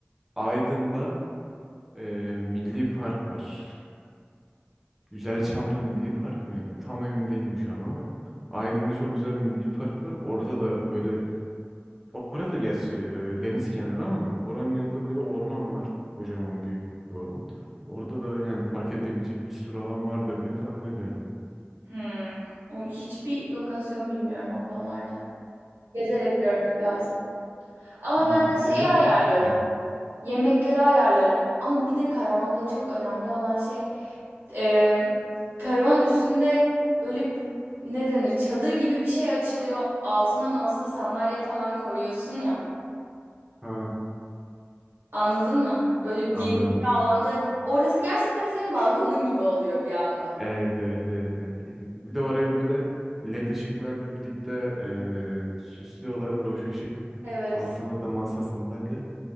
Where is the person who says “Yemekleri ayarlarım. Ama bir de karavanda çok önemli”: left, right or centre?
Right